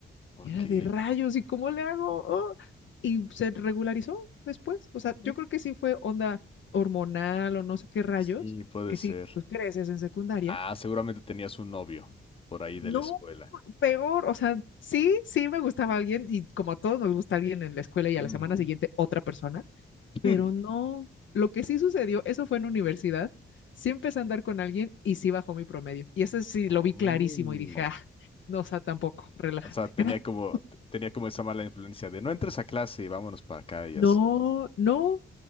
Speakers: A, on the left; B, on the left.
A: Ok,
B: Y era de rayos, ¿y cómo le hago? Oh, Y se regularizó después. O sea, yo
A: Mm.
B: creo que sí fue onda hormonal o no sé qué rayos,
A: sí, puede
B: que
A: ser.
B: sí, pues creces en secundaria.
A: Ah, seguramente tenías un novio por ahí de
B: No,
A: la escuela.
B: peor, o sea, sí, sí me gustaba alguien y como a todos nos gusta alguien en la escuela y
A: Ujú.
B: a la semana siguiente otra persona Pero
A: <laughs>
B: no, lo que sí sucedió, eso fue en universidad, sí empecé a andar con alguien y sí bajó mi promedio. Y eso sí
A: Oh.
B: lo vi clarísimo y dije, ah, no, o sea, tampoco, relájate.
A: O sea, tenía
B: <laughs>
A: como, tenía como esa mala influencia de no entres a clase y vámonos para acá y
B: No,
A: así.
B: no,